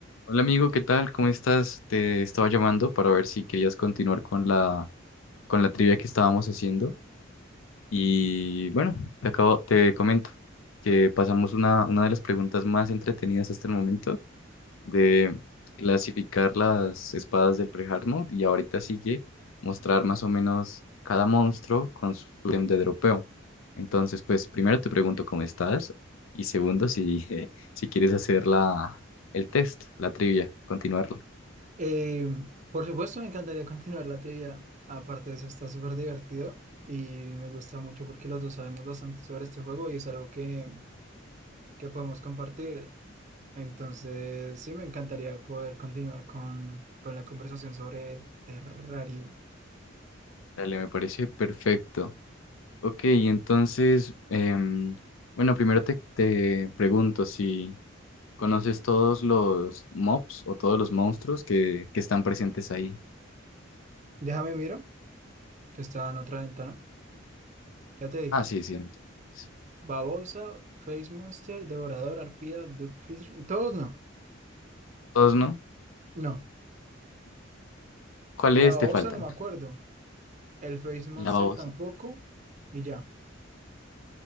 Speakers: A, on the left; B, on the right.
A: Hola amigo, ¿qué tal? ¿Cómo estás? Te estaba llamando para ver si querías continuar con la, con la trivia que estábamos haciendo. Y bueno, te acabo, te comento que pasamos una, una de las preguntas más entretenidas hasta el momento de clasificar las espadas del pre-Hard Mode, y ahorita sigue mostrar más o menos cada monstruo con su ítem de dropeo. Entonces, pues primero te pregunto cómo estás y segundo si, <laughs> si quieres hacer la, el test, la trivia, continuarla.
B: Eh, por supuesto, me encantaría <laughs> continuar la trivia. Aparte de eso, está súper divertido y me gusta mucho porque los dos sabemos bastante sobre este juego y es algo que, que podemos compartir. Entonces, sí, me encantaría poder continuar con, con la conversación sobre Terraria.
A: Dale, me parece perfecto. Ok, entonces, em, bueno, primero te, te pregunto si conoces todos los mobs o todos los monstruos que, que están presentes ahí.
B: Déjame miro, que estaba en otra ventana. Ya te digo.
A: Ah, sí, sí. no te preocupes.
B: Babosa, Face Monster, Devorador, Arpía, Duckfish. Todos no.
A: ¿Todos no?
B: No.
A: ¿Cuáles
B: La babosa
A: te faltan?
B: no me acuerdo. El Face Monster
A: La babosa.
B: tampoco. Y ya.